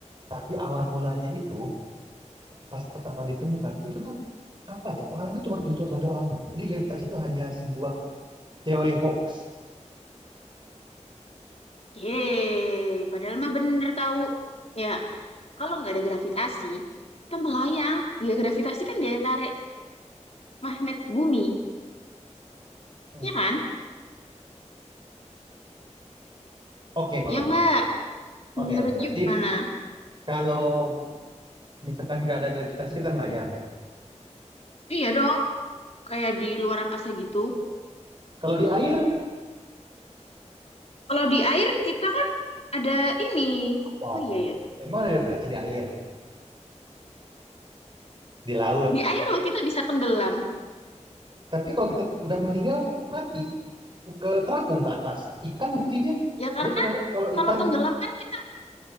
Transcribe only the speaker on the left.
Yeay, padahal mah bener tahu. Ya, kalau nggak ada gravitasi, kita melayang. Ya gravitasi kan daya tarik magnet bumi,
ya kan?
Ya
nggak?
Menurut
you gimana?
Iya dong, kayak di luar angkasa gitu.
Kalau di air kita kan ada ini.
Oh iya ya,
di air loh kita bisa tenggelam.
Ya karena
kalau
tenggelam kan kita